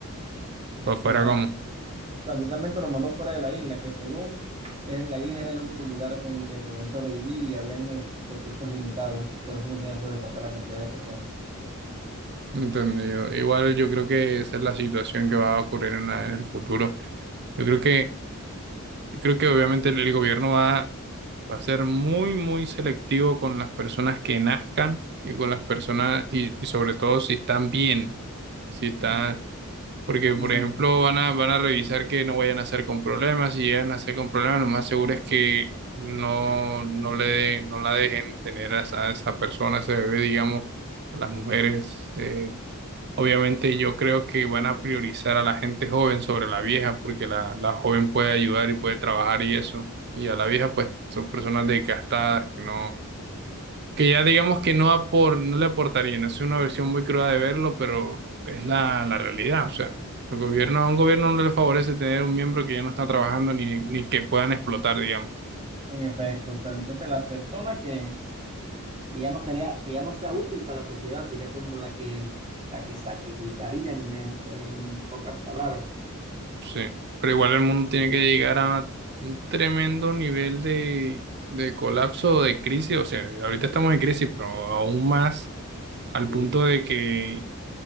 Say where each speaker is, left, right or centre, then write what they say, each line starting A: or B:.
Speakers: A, on the right; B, on the right.
A: O fuera
B: Y ya,
A: como.
B: o sea, literalmente lo mandó fuera de la isla, que según eh, la isla era el único lugar en el que podían sobrevivir y habían eh, recursos limitados, por eso no podían sobrepasar la cantidad de personas.
A: Entendido. Igual yo creo que esa es la situación que va a ocurrir en, la- en el futuro. Yo creo que, yo creo que obviamente el, el gobierno va Va a ser muy, muy selectivo con las personas que nazcan y con las personas, y, y sobre todo si están bien, si están,
B: Sí.
A: porque
B: Y
A: por
B: sí,
A: ejemplo van a, van a revisar que no vayan a nacer con problemas, si llegan a nacer con problemas, lo más seguro es que no, no le, de- no la dejen tener a esa, a esa persona, a ese bebé, digamos, a las mujeres. eh, Obviamente yo creo que van a priorizar a la gente joven sobre la vieja, porque la, la joven puede ayudar y puede trabajar y eso. Y a la vieja, pues, son personas desgastadas que no, que ya digamos que no apor, no le aportarían. Es una versión muy cruda de verlo, pero es la, la realidad. O sea, el gobierno,
B: sí,
A: a un gobierno no le favorece tener un miembro que ya no está trabajando ni, ni que puedan explotar, digamos.
B: en efecto. O sea, entonces la persona que, que ya no sería, que ya no sea útil para la sociedad sería como la que, la que sacrificarían en, en pocas palabras.
A: Sí, pero igual el mundo tiene que llegar a un tremendo nivel de, de colapso o de crisis. O sea, ahorita estamos en crisis, pero aún más al
B: Sí.
A: punto de que